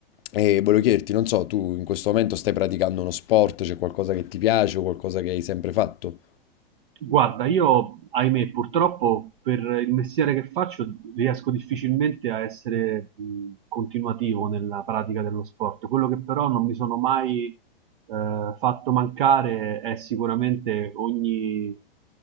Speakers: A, on the left; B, on the right.
A: E volevo chiederti, non so, tu in questo momento stai praticando uno sport, c'è qualcosa che ti piace o qualcosa che hai sempre fatto?
B: Guarda, io, ahimè, purtroppo per il mestiere che faccio riesco difficilmente a essere mh, continuativo nella pratica dello sport. Quello che però non mi sono mai eh, fatto mancare è sicuramente ogni